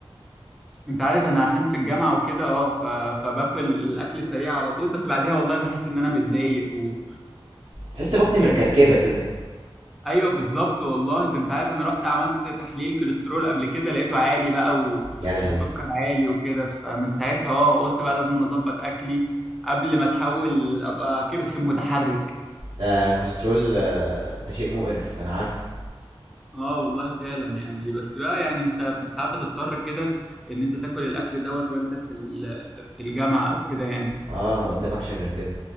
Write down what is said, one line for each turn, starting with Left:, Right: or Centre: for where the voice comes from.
Centre: انت عارف انا عشان في الجامعه وكده اه ف... فباكل الاكل سريع على طول بس بعديها والله بحس ان انا متضايق و...
Right: بحس
Centre: وفاهمني
Right: بطني مكركبة كده
Centre: ايوه بالظبط والله ده انت عارف انا رحت عملت تحليل كوليسترول قبل كده لقيته عالي بقى و...
Right: يا لهوي
Centre: والسكر عالي وكده فمن ساعتها اه قلت بقى لازم أنا اظبط اكلي قبل ما اتحول ابقى كرش متحرك
Right: ده الكوليسترول آه، ده شيء مقرف انا عارفه
Centre: اه والله فعلا يعني بس بقى يعني انت ساعات بتضطر كده ان انت تاكل الاكل دوت وانت في ال... في الجامعة او كده يعني
Right: اه ما قدامكش غير كده